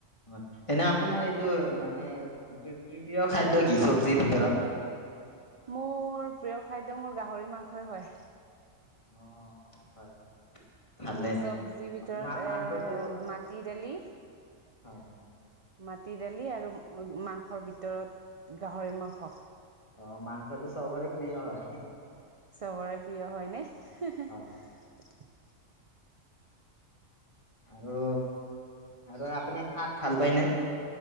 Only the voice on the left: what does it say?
হয়। এনে আপোনাৰ এইটো মানে প্ৰিয় খাদ্য কি চবজিৰ ভিতৰত।
অ, হয় হয়। ভালে,
মা-মাংসটো
হয়,
অ, মাংসটো চবৰে প্ৰিয় হয়।
হয়,
আৰু আৰু আপুনি শাক ভাল পায়নে?